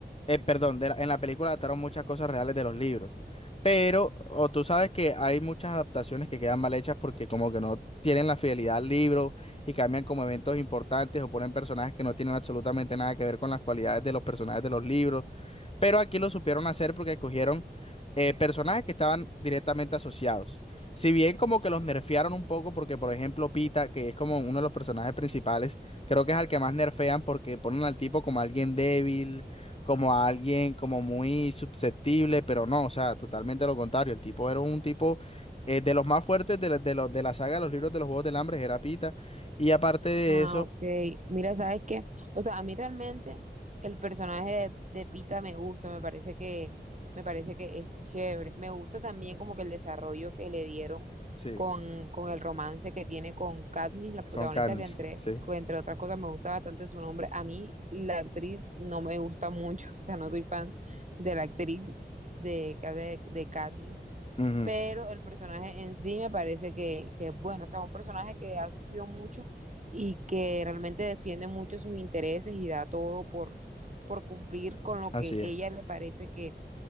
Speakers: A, on the left; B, on the right.
A: Eh, perdón, de la- en la película adaptaron muchas cosas reales de los libros, pero, o tú sabes que hay muchas adaptaciones que quedan mal hechas porque como que no tienen la fidelidad al libro y cambian como eventos importantes o ponen personajes que no tienen absolutamente nada que ver con las cualidades de los personajes de los libros. Pero aquí lo supieron hacer porque escogieron eh, personajes que estaban directamente asociados. Si bien como que los nerfearon un poco porque, por ejemplo, Pita, que es como uno de los personajes principales, creo que es al que más nerfean porque ponen al tipo como alguien débil, como a alguien como muy susceptible, pero no, o sea, totalmente lo contrario. El tipo era un tipo eh, de los más fuertes de, la- de, los- de la saga de los libros de los Juegos del Hambre, era Pita. Y aparte de
B: Ah,
A: eso,
B: ok. Mira, ¿sabes qué? O sea, a mí realmente el personaje de, de Pita me gusta, me parece que, me parece que es chévere. Me gusta también como que el desarrollo que le dieron
A: sí,
B: con, con el romance que tiene con Katniss, la protagonista,
A: con carnes,
B: que entre,
A: sí.
B: que entre otras cosas me gusta bastante su nombre. A mí la actriz no me gusta mucho, <laughs> o sea, no soy fan de la actriz de, que hace de Katniss
A: Ujú,
B: pero el personaje en sí me parece que, que es bueno, o sea, un personaje que ha sufrido mucho y que realmente defiende mucho sus intereses y da todo por, por cumplir con lo
A: así
B: que
A: es.
B: ella le parece que,